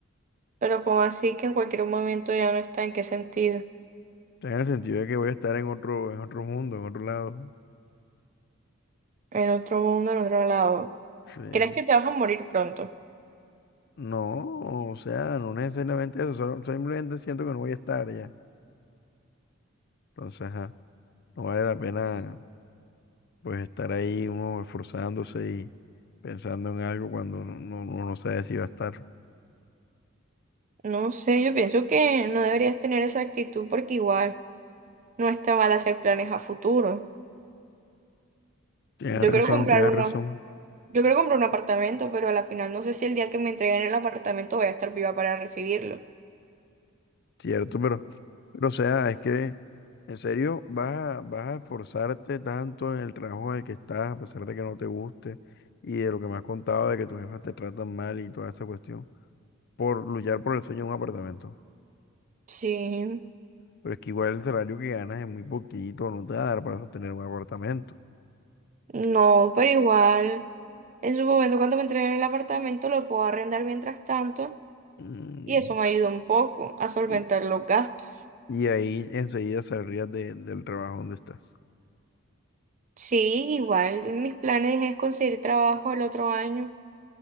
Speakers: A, on the right; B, on the left.
A: pero como así que en cualquier momento ya no está, ¿en qué sentido?
B: O sea, en el sentido de que voy a estar en otro, en otro mundo, en otro lado.
A: En otro mundo, en otro lado.
B: Sí.
A: ¿Crees que te vas a morir pronto?
B: No, o sea, no necesariamente eso, solo- simplemente siento que no voy a estar ya. Entonces, ajá, no vale la pena pues estar ahí uno esforzándose y pensando en algo cuando no, no, uno no sabe si va a estar.
A: No sé, yo pienso que no deberías tener esa actitud porque igual no está mal hacer planes a futuro.
B: Tienes
A: Yo
B: razón,
A: quiero comprar
B: tienes
A: unos
B: razón,
A: Yo quiero comprar un apartamento, pero a la final no sé si el día que me entreguen el apartamento voy a estar viva para recibirlo.
B: cierto, pero, pero o sea, es que... ¿En serio vas a, vas a esforzarte tanto en el trabajo en el que estás, a pesar de que no te guste y de lo que me has contado de que tus jefas te tratan mal y toda esa cuestión, por luchar por el sueño de un apartamento?
A: Sí,
B: Pero es que igual el salario que ganas es muy poquito, no te va a dar para sostener un apartamento.
A: no, pero igual, en su momento cuando me entreguen el apartamento lo puedo arrendar mientras tanto
B: Mm,
A: y eso me ayuda un poco a solventar
B: y,
A: los gastos.
B: y ahí enseguida saldrías de- del trabajo donde estás.
A: Sí, igual, mis planes es conseguir trabajo el otro año,